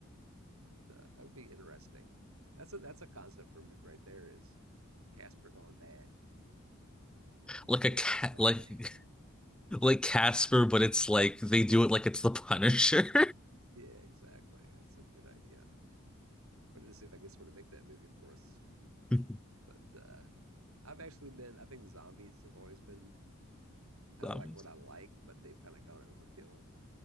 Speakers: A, on the right (about 80°); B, in the centre.
A: But uh, that would be interesting. That's a that's a concept for me right there. Is Casper gone bad?
B: Like
A: Front
B: a cat
A: of ghost gone
B: like
A: bad? <laughs>
B: <laughs> like Casper, but it's like they do it like it's the Punisher.
A: Yeah, exactly. That's a good idea. I'm gonna see if I can get someone to make that movie for us.
B: <laughs>
A: But uh, I've actually been. I think zombies have always been kind
B: Um,
A: of like what I like, but they've kind of gone overkill